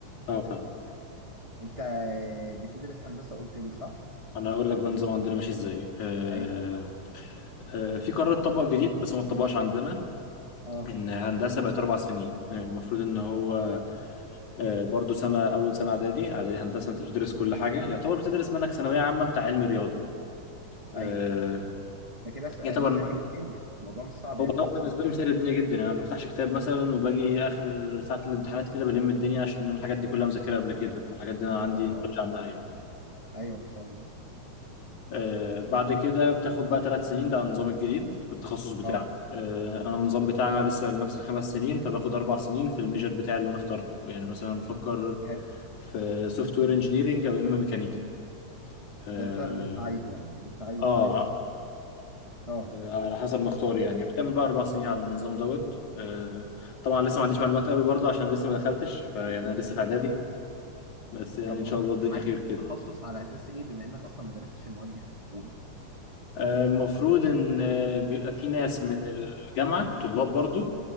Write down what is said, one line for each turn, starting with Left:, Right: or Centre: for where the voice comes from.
Left: اه فاهم
Right: انت آه، بتدرس هندسه قلت لي صح
Left: انا اقول لك بقى النظام عندنا ماشي ازاي آه
Right: ايوه
Left: آه في قرار اتطبق جديد بس ما اتطبقش عندنا
Right: اه
Left: ان هندسه بقت اربع سنين آه، المفروض ان هو آه برضو سنه اول سنه اعدادي اعدادي هندسه انت بتدرس كل حاجه يعتبر بتدرس منك ثانويه عامه بتاع علم رياضه آه
Right: ايوه ده كده س- آه،
Left: يعتبر
Right: بيسهل الدنيا الموضوع مش صعب
Left: هو
Right: يعني
Left: طبعا
Right: في اول
Left: بالنسبه
Right: سنه
Left: لي مسهل الدنيا جدا يعني انا ما بفتحش كتاب مثلا وباجي اخر ساعه الامتحانات كده بلم الدنيا عشان أنا الحاجات دي كلها مذاكرها قبل كده فالحاجات دي انا عندي
Right: ايوه
Left: نولج
Right: اه
Left: عنها يعني
Right: ايوه ما شاء الله
Left: آه بعد كده بتاخد بقى ثلاث سنين ده النظام الجديد في التخصص بتاعك
Right: اه
Left: آه انا النظام بتاعنا لسه لنفس الخمس سنين فباخد اربع سنين في الميجر بتاعي اللي انا اخترته يعني مثلا بفكر
Right: حلو
Left: في سوفت وير انجينيرنج او اما ميكانيكا آه,
Right: ده انت اللي انت عايزه يعني اللي انت عايز
Left: اه
Right: عايز اه
Left: آه، على حسب ما اختار يعني بتكمل بقى اربع سنين على النظام دوت آه طبعا لسه ما عنديش معلومات قوي برضه عشان لسه ما دخلتش فيعني انا لسه في اعدادي بس يعني
Right: طب
Left: ان
Right: وانت
Left: شاء الله
Right: بتحدد
Left: الدنيا خير كده
Right: التخصص على اساس ايه بما انك اصلا ما درستش المواد دي في اولى
Left: آه، المفروض ان آه، بيبقى في ناس من الجامعه طلاب برضو